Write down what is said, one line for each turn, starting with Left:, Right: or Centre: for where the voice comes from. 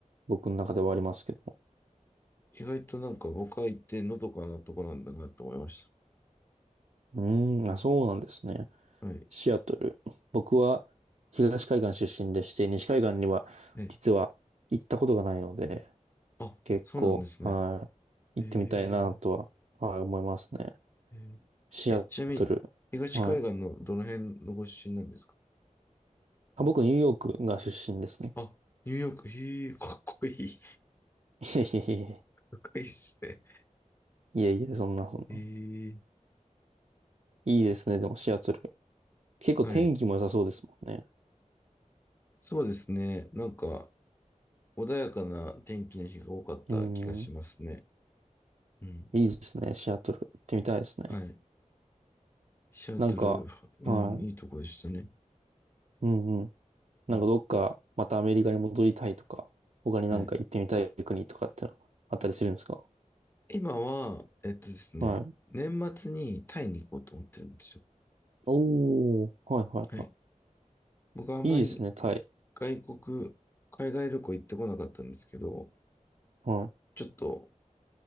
Right: 僕の中ではありますけど。
Left: 意外となんか僕は行ってのどかなところなんだなと思いまし
Right: うーん、あ、そうなんですね。
Left: た。はい。
Right: シアトル。僕は東海岸出身でして、西海岸には実は行ったことがないので、
Left: え、あ、
Right: 結構、
Left: そうなんですね。
Right: はい、
Left: へえー。
Right: 行ってみたいなとは、はい、思いますね。
Left: えー
Right: シアトル。
Left: えちなみに、東海岸のどの辺のご出身なんですか
Right: はい。あ、僕、ニューヨークが出身ですね。
Left: あ、ニューヨーク、へえ、かっこいい、か
Right: <laughs>
Left: っこいいですね。
Right: いえいえいえ、いえいえ、そんなそんな。
Left: へえ、
Right: いいですね、でもシアトル。結構天気も良さそうですもんね。
Left: はい。そうですね。なんか、穏やかな天気の日が多かった気がしますね。
Right: うん、
Left: うん。
Right: いいですね、シアトル。行ってみたいですね。
Left: はい。シアトル、
Right: なんか、
Left: うん、
Right: はい。
Left: いいとこでしたね。
Right: うんなんかどっかまたアメリカに戻りたいとか、
Left: うん。
Right: 他になんか行ってみたい国とかってのあったりするんですか
Left: はい。今は、えっとですね、
Right: はい。
Left: 年末にタイに行こうと思ってるんですよ。
Right: おー、はいはいは
Left: はい。僕はあんまり
Right: い。いいですね、タイ。
Left: 外国、海外旅行行ってこなかったんですけど、
Right: はい、
Left: ちょっと